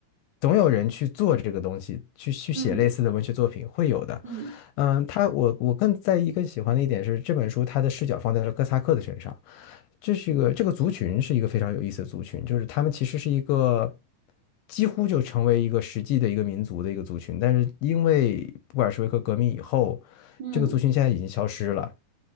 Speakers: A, on the left; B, on the right.
A: 总有人去做这个东西，去去写类似的文学作品，
B: 嗯
A: 会有的。
B: 嗯
A: 嗯，他我我更在意、更喜欢的一点是，这本书它的视角放在了哥萨克的身上。这是一个这个族群是一个非常有意思的族群，就是他们其实是一个几乎就成为一个实际的一个民族的一个族群，但是因为布尔什维克革命以后，
B: 嗯
A: 这个族群现在已经消失了。